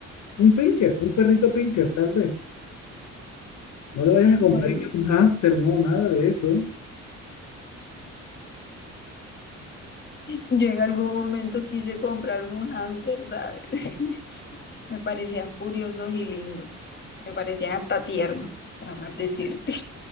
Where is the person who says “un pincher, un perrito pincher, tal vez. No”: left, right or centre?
Left